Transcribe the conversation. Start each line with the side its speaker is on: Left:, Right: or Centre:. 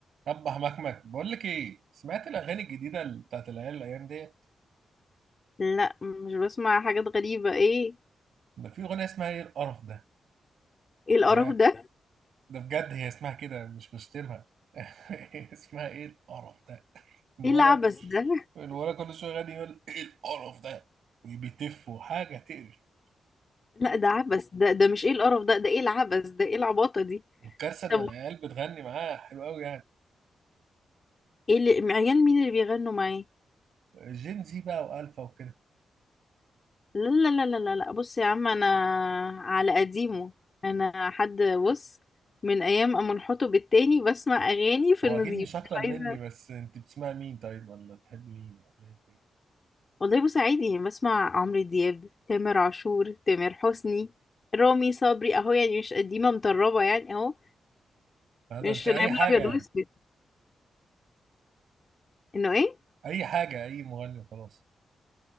Right: رب مكمك بقول لك ايه سمعت الاغاني الجديده ال- بتاعت العيال الايام ديت
Left: لا مش بسمع حاجات غريبة ايه
Right: ده في اغنيه اسمها ايه القرف ده
Left: ايه القرف
Right: ده
Left: ده
Right: ده بجد هي اسمها كده مش بشتمها <laughs> اسمها ايه القرف ده الولد
Left: ايه العبث ده
Right: الولد كل شويه غني يقول ايه القرف ده وبيتف وحاجه تقرف
Left: لا ده عبث ده ده مش ايه القرف ده ده ايه العبث ده ايه العباطة دي
Right: والكارثه ان
Left: طب
Right: العيال بتغني معاه حلو قوي يعني
Left: ايه اللي عيال مين اللي بيغنوا معاه
Right: جين زي بقى والفا وكده
Left: لا لا لا لا لا لا بص يا عم انا على قديمه انا حد بص من ايام أما انحطوا التاني بسمع اغاني في
Right: هو
Left: النظيف
Right: اكيد مش اكتر
Left: مش
Right: مني
Left: عايزة
Right: بس انت بتسمع مين طيب ولا بتحب مين ولا ايه
Left: والله بص عادي يعني بسمع عمرو دياب تامر عاشور تامر حسني رامي صبري اهو يعني مش قديمة مطربة يعني اهو
Right: هذا
Left: مش
Right: انت اي
Left: نعمل
Right: حاجه
Left: ابيض
Right: يعني
Left: واسود انه ايه
Right: اي حاجه اي مغني وخلاص